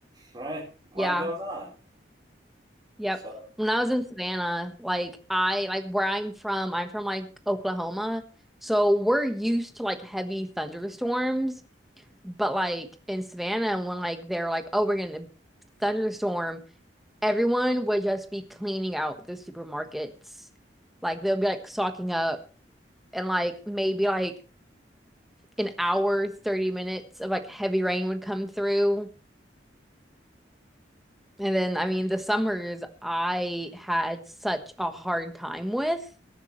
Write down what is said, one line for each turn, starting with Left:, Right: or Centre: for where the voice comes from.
Right: right? Life
Centre: yeah,
Right: goes on.
Centre: yep.
Right: So
Centre: When I was in Savannah, like I like where I'm from, I'm from like Oklahoma. So we're used to like heavy thunderstorms. But like in Savannah, when like they're like, oh, we're gonna thunderstorm, everyone would just be cleaning out the supermarkets. Like they'll be like stocking up and like maybe like an hour, 30 minutes of like heavy rain would come through. And then I mean the summers I had such a hard time with